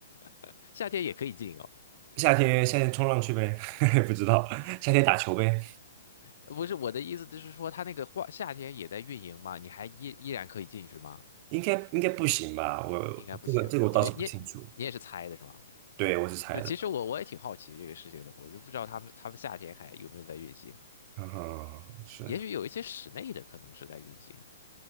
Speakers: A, on the left; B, on the right.
A: <laughs> 夏天也可以进哦。
B: 夏天夏天冲浪去呗，<laughs> 不知道夏天打球呗，
A: 不是我的意思，就是说它那个花夏天也在运营吗？你还依依然可以进去吗？
B: 应该应该不行吧？我我这个这个我倒是不清楚，
A: 应该不行，你没你也你也是猜的是吗？
B: 对我是猜的，
A: 对，其实我我也挺好奇这个事情的，我就不知道他们他们夏天还有没有在运行，
B: 嗯，是
A: 也许有一些室内的可能是在运行